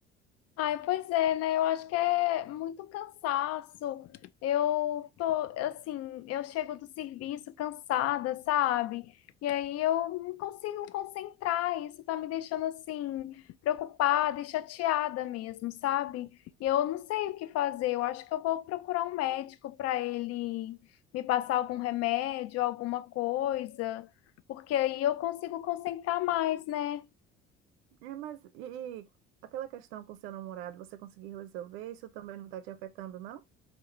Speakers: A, on the left; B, on the right.
A: Ai, pois é, né? Eu acho que é muito cansaço. Eu tô, assim, eu chego do serviço cansada, sabe? E aí eu não consigo concentrar. Isso tá me deixando, assim, preocupada e chateada mesmo, sabe? E eu não sei o que fazer. Eu acho que eu vou procurar um médico para ele me passar algum remédio, alguma coisa, porque aí eu consigo concentrar mais, né?
B: É, mas e, e aquela questão com seu namorado, você conseguiu resolver? Isso também não está te afetando, não?